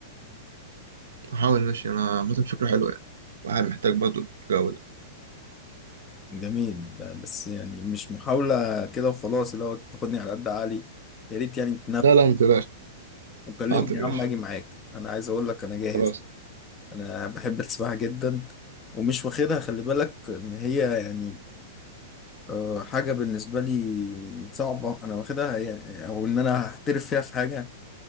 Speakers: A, on the right (about 75°); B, on the left (about 25°).
A: أحاول ماشي أنا مثلا فكرة حلوة يعني الواحد محتاج برضه الجو ده
B: جميل بس يعني مش محاولة كده وخلاص اللي هو تاخدني على قد عقلي يا ريت يعني
A: لا لا متقلقش
B: وكلمني
A: حاضر
B: يا عم
A: ماشي
B: اجي معاك انا عايز اقول لك انا جاهز
A: خلاص
B: انا بحب السباحة جدا ومش واخدها خلي بالك ان هي يعني آه، حاجة بالنسبة لي صعبة انا واخدها هي- او ان انا هحترف فيها في حاجة